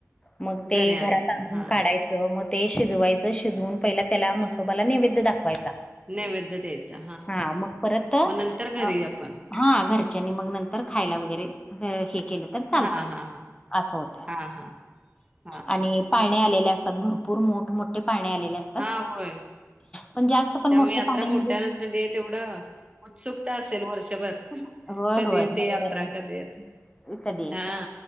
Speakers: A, on the left; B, on the right.
A: मग ते
B: घरी आणायचा
A: घरात आणून
B: हा
A: काढायचं मग ते शिजवायचं शिजवून पहिला त्याला म्हसोबाला नैवेद्य दाखवायचा.
B: नैवेद्य द्यायचा
A: हा मग परत अ
B: मग नंतर घरी आपण
A: हा घरच्यांनी मग नंतर खायला वगैरे अ हे केलं तर चालतय
B: हा हा हा
A: अस होतय
B: हा हा. हा
A: आणि
B: हा
A: पाळणे आलेले असतात, भरपूर मोठमोठे पाळणे आलेले आस तात,
B: हा होय
A: पण जास्त पण
B: त्यामुळे
A: मोठे
B: यात्रा
A: पाळणे
B: मोठ्यानच
A: म्हणजे
B: तेवढं उत्सुकता असेल वर्षभर?
A: होय
B: कधी
A: होय
B: येते
A: नाही
B: यात्रा
A: बरोबरये,
B: कधी येते.
A: कधी येतय
B: हा